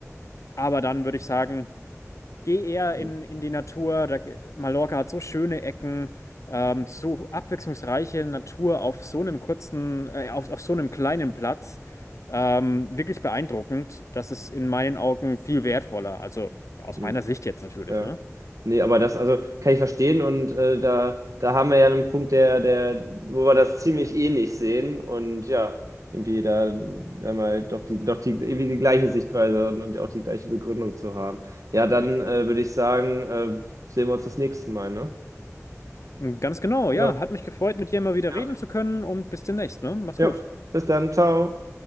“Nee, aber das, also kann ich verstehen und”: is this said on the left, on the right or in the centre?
Right